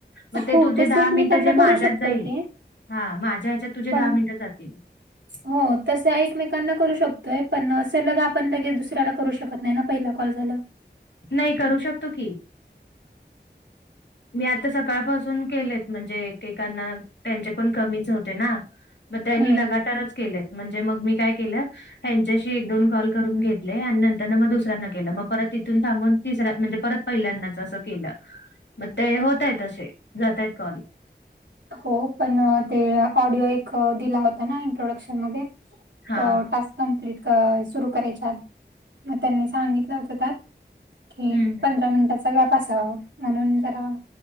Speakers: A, on the left; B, on the right.
A: मग ते
B: हो
A: तुझे
B: तसं
A: दहा
B: एकमेकांना
A: मिनिट जे
B: करू
A: माझ्यात
B: शकतो
A: जाईल
B: की
A: हा माझ्या ह्याच्यात तुझे
B: पण
A: दहा मिनटं जातील
B: हो तस एकमेकांना करू शकतोय पण असं लग आपण लगेच दुसऱ्याला करू शकत नाही ना पहिला कॉल झाला
A: नाही करू शकतो की मी आता सकाळपासून केलेत म्हणजे एकेकांना त्यांचे पण कमीच होते ना मग त्यांनी
B: हम्म
A: लगातारच केलेत म्हणजे मग मी काय केलं हच्याशी एक दोन कॉल करून घेतले आणि नंतर मग दुसऱ्यांना केलं मग परत तिथून थांबून तिसर म्हणजे परत पहिल्यांदाच असं केलं मग ते होतय असे जातय आहेत कॉल
B: हो पण ते ऑडिओ एक दिला होता ना इंट्रोडक्शन मध्ये
A: हां.
B: टास्क कंप्लीट सुरू करायच्या आधी मग त्यांनी सांगितलं होतं त्यात कि
A: हं.
B: पंधरा मिनिटाचा गॅप असावा म्हणून जरा